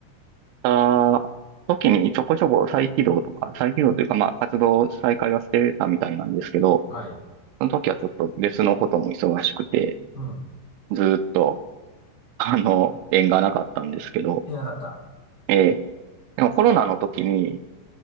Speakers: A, on the right (about 80°); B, on the left (about 20°).
A: た時にちょこちょこ再起動とか、再起動というか、まあ、活動再開はしてたみたいなんですけど、
B: はい。
A: その時はちょっと別のことも忙しくて、
B: うん。
A: ずーっと、あの、縁がなかったんですけど、
B: いなかった。
A: えーでもコロナの時に、